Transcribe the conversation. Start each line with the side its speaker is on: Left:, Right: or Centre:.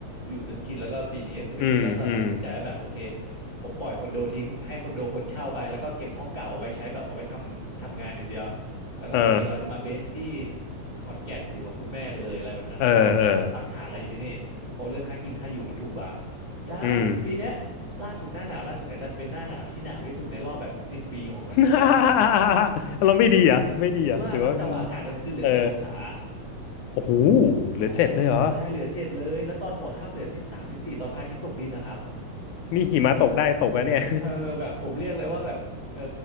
Right: อยู่จนชินแล้วก็ปีนี้ก็คือเป็นปีแรกที่เราตัดสินใจว่าแบบโอเค
Left: อืมอืม
Right: ผมปล่อยคอนโดทิ้งให้คอนโดคนเช่าไปแล้วก็เก็บห้องเก่าเอาไว้ใช้แบบเอาไว้ทำทำงานอย่างเดียวแล้วก็โอเคเราจะมาเบสที่
Left: เออ
Right: ขอนแก่นอยู่กับคุณแม่ไปเลยอะไรแบบนั้นนะแล้วก็โอเคเราตั้งฐานแล้วอยู่ที่นี่เพราะเรื่องค่ากินค่าอยู่มันถูกกว่า
Left: เออเออ
Right: ดันปีเนี้ย
Left: อืม
Right: ล่าสุดหน้าหนาวล่าสุดเนี่ยดันเป็นหน้าหนาวที่หนาวที่สุดในรอบแบบสิบปีของขอนแก่น
Left: <laughs> เราไม่ดีเหรอ่ะไม่ดีเหรอ่ะหรือว่ามัน
Right: ดีมากครับแต่ว่าอากาศกลางคืนเหลือเจ็ดองศา
Left: เออโอ้โหเหลือเจ็ดเลยเหรอ
Right: ใช่ใช่เหลือเจ็ดเลยแล้วตอนหัวค่ำเหลือสิบสามสิบสี่ตอนพระอาทิตย์ตกดินนะครับ
Left: นี่หิมะตกได้ตกอะเนี่ย
Right: เออแบบผมเรียกเลยว่าแบบเออ